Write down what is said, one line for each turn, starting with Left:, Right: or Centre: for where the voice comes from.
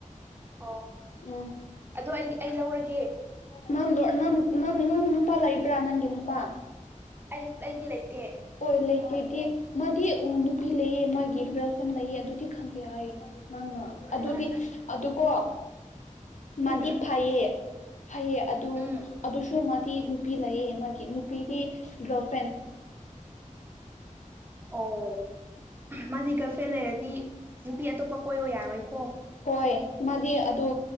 Right: ꯑꫭ
Left: ꯎꯝ
Right: ꯑꯗꯣ ꯑꯩ ꯑꯩ ꯂꯧꯔꯒꯦ
Left: ꯅꯪ ꯂ‌ꯣꯔ꯭ꯠ ꯅꯪ ꯅꯪ ꯅꯪ ꯅꯨꯄꯥ ꯂꯩꯕ꯭ꯔꯥ ꯅꯪꯒꯤ ꯅꯨꯄꯥ
Right: ꯑꯩ ꯑꯩꯗꯤ ꯂꯩꯇꯦ
Left: ꯍꯣꯏ ꯂꯩꯇꯦꯗꯤ ꯃꯥꯗꯤ ꯎꯝ ꯅꯨꯄꯤ ꯂꯩꯌꯦ ꯃꯥꯒꯤ ꯒꯔꯜ ꯐ꯭ꯔꯦꯟ ꯂꯩꯌꯦ ꯑꯗꯨꯗꯤ ꯈꯪꯗꯦ ꯍꯥꯏ ꯅꯪ ꯅ ꯑꯗꯨꯗꯤ
Right: ꯑꯁ
Left: ꯑꯗꯨꯀꯣ ꯃꯥꯗꯤ
Right: ꯎꯝ
Left: ꯐꯩꯌꯦ ꯐꯩꯌꯦ ꯑꯗꯨ
Right: ꯎꯝ
Left: ꯑꯗꯨꯁꯨ ꯃꯥꯗꯤ ꯅꯨꯄꯤ ꯂꯩꯌꯦ ꯃꯥꯒꯤ ꯅꯨꯄꯤꯗꯤ ꯒꯥꯔꯜ ꯐ꯭ꯔꯦꯟ
Right: ꯑꯣ ꯃꯥꯗꯤ ꯒꯥꯜ ꯐꯦꯟ ꯂꯩꯔꯗꯤ ꯅꯨꯄꯤ ꯑꯇꯣꯞꯄ ꯀꯣꯏꯌꯣ ꯌꯥꯔꯣꯏꯀꯣ
Left: ꯍꯣꯏ ꯃꯥꯗꯤ ꯑꯗꯨ